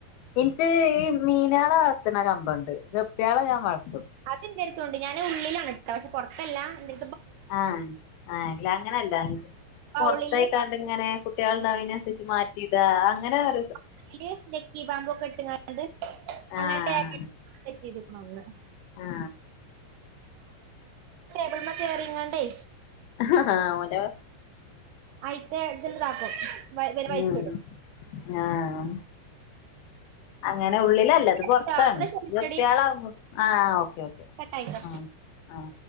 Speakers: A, on the left; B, on the right.
A: എനിക്ക് ഈ മീനാള പന കമ്പ ഉണ്ട്പ്പാളെ ഞാൻ വളം
B: അത് ന്റേഡ്തുണ്ട് ഞാന് ഉള്ളിലാണ് ഇട്ട പക്ഷെ പുറത്തല്ല എ
A: ആഹ ആഹല്ല അങ്ങനെയല്ല
B: ബൗളില്
A: പൊറത്തായി കണ്ട ഇങ്ങനെ കുട്ടികളണ്ടാവന മാറ്റിടാ അങ്ങനെ രു
B: <unintelligible> ല് ലക്കി പാമ്പൊ ക്കെ ഇട്ട് കാണ്ട് കാട്ട് അങ്ങനെ
A: ആഹ്
B: <unintelligible> സെറ്റ് ചെയ്ത്ക്ക്ണത്
A: ആ
B: ഇത് മ്മ കേറി ങ്ങാണ്ടേ
A: ആ ഓന്റെ
B: ആയിത്തെ ഇത് ണ്ട് താക്കും വ വര് വൽച്ച്ടും
A: ഉം ആഹ് അങ്ങനെ ഉള്ളിലല്ല
B: ശരിട്ടോ
A: ത് പൊറത്താണ്
B: ന്നാ ശരിട്ടെടി
A: ഗപ്പി യോളാമ്പം ആ ഓക്കെ ഓക്കെ
B: കട്ടായിക്കോ
A: ആ ആ